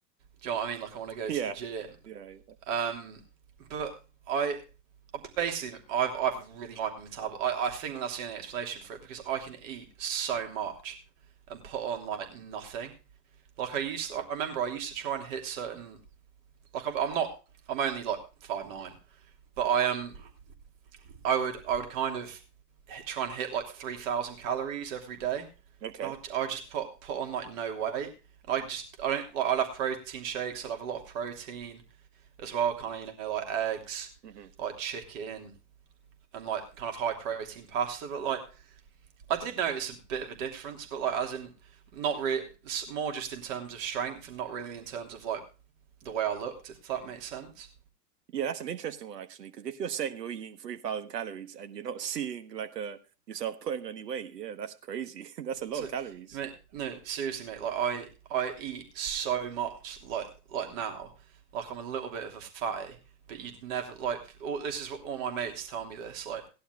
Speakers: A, on the right; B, on the right.
A: Do you know what I mean? Like I want to go
B: Yeah,
A: to the gym.
B: yeah. yeah.
A: Um, but I, I basically I've I've really high metabolism. I, I think that's the only explanation for it because I can eat so much and put on like nothing. Like I used, to, I remember I used to try and hit certain. Like I'm, I'm not. I'm only like five nine, but I am. Um, I would I would kind of hit, try and hit like three thousand calories every day,
B: Okay.
A: and I'd, i just put put on like no weight. And I just I don't like I'd have protein shakes. I'd have a lot of protein as well, kind of you know like eggs,
B: hmm
A: like chicken, and like kind of high protein pasta. But like I did notice a bit of a difference, but like as in not really more just in terms of strength and not really in terms of like the way I looked, if that makes sense.
B: Yeah, that's an interesting one actually, because if you're saying you're eating 3,000 calories and you're not <laughs> seeing like a yourself putting any weight, yeah, that's crazy. <laughs> That's a lot
A: So,
B: of calories.
A: mate, no, seriously, mate. Like I, I eat so much. Like, like now, like I'm a little bit of a fatty. But you'd never like. All, this is what all my mates tell me. This like,